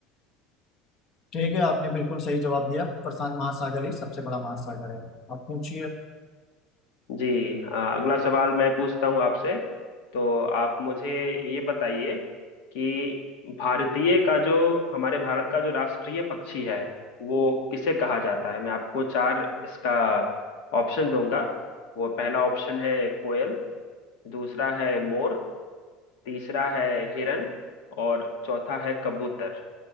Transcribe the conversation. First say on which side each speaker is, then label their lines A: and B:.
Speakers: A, on the left; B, on the left.
A: ठीक है आपने बिल्कुल सही जवाब दिया प्रशांत महासागर ही सबसे बड़ा महासागर है आप पूछिए
B: जी हाँ अगला सवाल मैं पूछता हूँ आपसे तो आप मुझे ये बताइए कि भारतीय का जो हमारे भारत का जो राष्ट्रीय पक्षी है वो किसे कहा जाता है मैं आपको चार इसका ऑप्शन दूंगा वो पहला ऑप्शन है कोयल दूसरा है मोर तीसरा है हिरन और चौथा है कबूतर